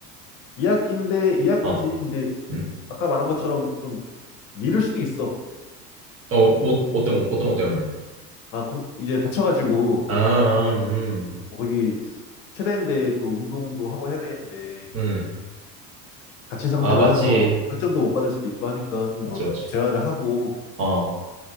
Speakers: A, on the left; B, on the right.
A: 2학기인데 2학기지.
B: 아,
A: 근데
B: 음.
A: 아까 말한 것처럼 좀 미룰 수도 있어.
B: 어, 뭐 어떤 거- 어떤 것 때문에?
A: 아, 거- 이제 다쳐가지고
B: 아, 음.
A: 뭐 거기 체대인데 또 운동도 하고 해야 되는데
B: 음. 음.
A: 다친 상태로
B: 아, 맞지.
A: 해서 뭐 학점도 못 받을 수도 있고 하니까 좀
B: 맞지,
A: 더
B: 맞지.
A: 재활을 하고
B: 어.